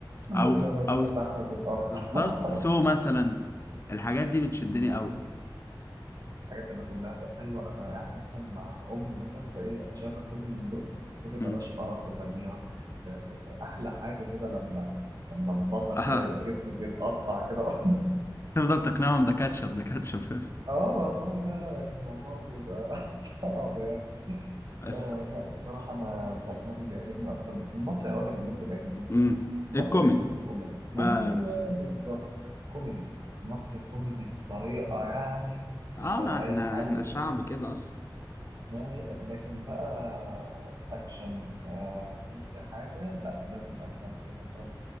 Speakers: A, on the right (about 45°); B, on the left (about 35°).
A: يقول
B: او
A: لك لما تلاقي
B: او
A: اللحم بيتقطع
B: بالظبط
A: <laughs>
B: سو مثلا الحاجات دي بتشدني
A: صالون،
B: قوي
A: الحاجات اللي كلها ده ايوه ابقى قاعد مثلا مع امي مثلا فايه اشغل فيلم من دول تقول لي بلاش
B: مم.
A: قرف وترجيع والله ده, ده, ده احلى حاجه كده لما لما البطل
B: <laughs> آه.
A: كده يبقى جسمه بيتقطع كده <laughs>
B: تفضل تقنعهم ده كاتشب ده كاتشب
A: اه والله لا لا الموضوع بيبقى <laughs> صعب يعني
B: <laughs> بس
A: آه لا الصراحة أنا الأجنبي بيعجبني أكتر من المصري هقول لك المصري بيعجبني في
B: امم
A: إيه؟ المصري
B: الكوميدي
A: بيعجبني في الكوميدي
B: بس
A: أيوه بالظبط كوميدي مصري كوميدي بطريقة يعني
B: اه
A: مش طبيعية
B: احنا
A: تهلك
B: احنا شعب كده اصلا
A: ما هي لكن بقى اكشن آه اي حاجه لا لازم اجنبي لازم اتفرج